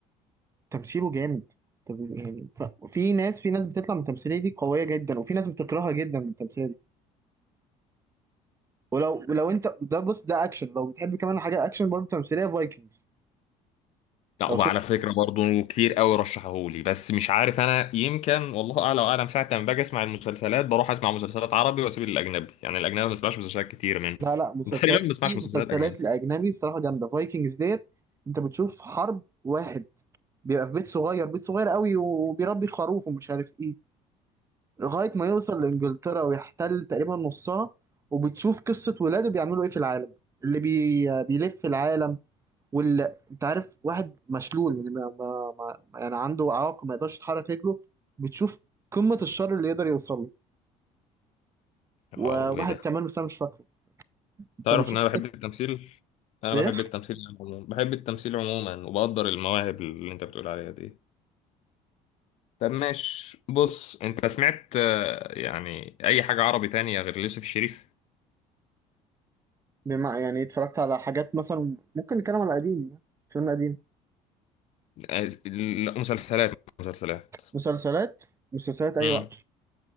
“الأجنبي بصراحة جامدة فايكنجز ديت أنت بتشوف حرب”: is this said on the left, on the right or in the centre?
Right